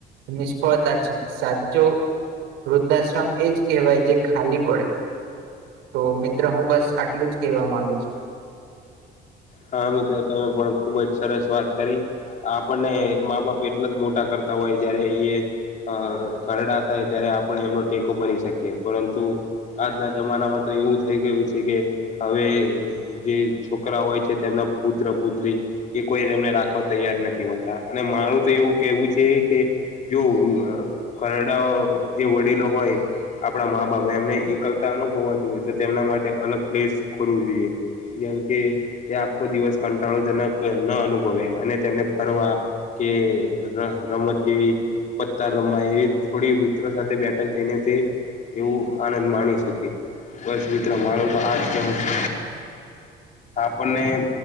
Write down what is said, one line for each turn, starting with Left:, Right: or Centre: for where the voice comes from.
Right: નિષ્ફળતા છે સાચો. વૃદ્ધાશ્રમ એજ કહેવાય જે ખાલી પડે. તો મિત્ર હું બસ આટલું જ કેહેવા માંગુ છું.
Left: હા મિત્ર તમે પણ ખુબજ સરસ વાત કરી. આપણને મા બાપ એટલા જ મોટા કરતા હોય જયારે ઈએ અ ખરડા થાય ત્યારે આપણે એમનો ટેકો બની શકીએ પરંતુ. આજના જમાનામાં તો એવું થઈ ગયું છે કે હવે જે છોકરા હોય. તે તેમના પુત્ર પુત્રી. એ કોઈ એમને રાખવા તૈયાર નથી હોતા અને મારું તો એવું કેવું છે કે. જો ઘરાડા જે વડીલો હોય. આપણા મા બાપ એમને એકલતા અનુભવવાતી હોય તો તેમના માટે અલગ પ્લેસ ખોલવું જોઈએ. જેમ કે તે આખો દિવસ કંટાળોજનક ના અનુભવે અને તેમને ફરવા. કે ર રમત જેવી. પતા રમાય એ થોડી મિત્રો સાથે બેઠક થઈને તી તેવું આનંદ માણી શકે બસ મિત્ર મારુ તો આજ કેવું છે કોને.